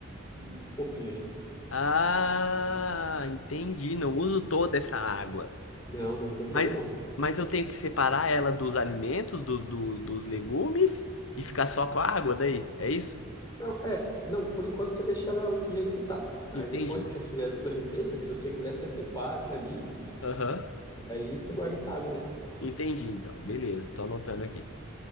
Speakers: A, on the left; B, on the left.
A: um pouquinho ali.
B: Ah, entendi. Não uso toda essa água.
A: Não, não usa
B: Mas,
A: toda, não.
B: mas eu tenho que separar ela dos alimentos, do, do- dos legumes e ficar só com a água daí. É isso?
A: Não, é, não, por enquanto você deixa ela do jeito que tá. Aí
B: Entendi.
A: depois que você fizer toda a receita, se você quiser, você separa ali
B: Aham.
A: e daí você guarda essa água daí.
B: Entendi, então. Beleza, tô anotando aqui.